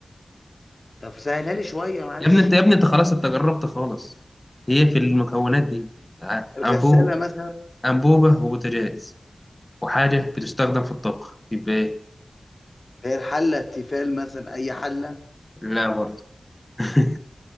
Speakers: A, on the left; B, on the left.
A: طب سهلها لي شوية معلش
B: يا ابني انت يا ابني انت خلاص انت جربت خالص هي في المكونات دي ع-
A: الغسالة
B: انبوب
A: مثلا
B: انبوبة وبوتاجاز وحاجة بتستخدم في الطبخ يبقى ايه
A: هي الحلة التيفال مثلا اي حلة
B: لا برضه <laughs>